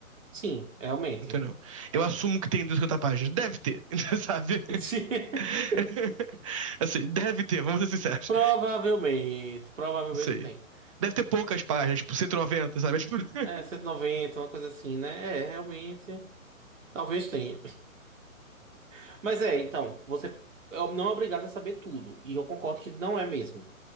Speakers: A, on the right (about 60°); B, on the right (about 25°).
A: Sim, realmente.
B: Entendeu? Eu assumo que tem 250 páginas. Deve ter, <laughs> sabe?
A: <laughs>
B: <laughs> Assim, deve ter, vamos ser sinceros.
A: Provavelmente, provavelmente
B: Eu sei.
A: tem.
B: Deve ter poucas páginas, tipo 190, sabe? É Tipo, <laughs>
A: É, 190, uma coisa assim, né? É, realmente, talvez tenha. <laughs> Mas é, então, você é- não é obrigado a saber tudo. E eu concordo que não é mesmo.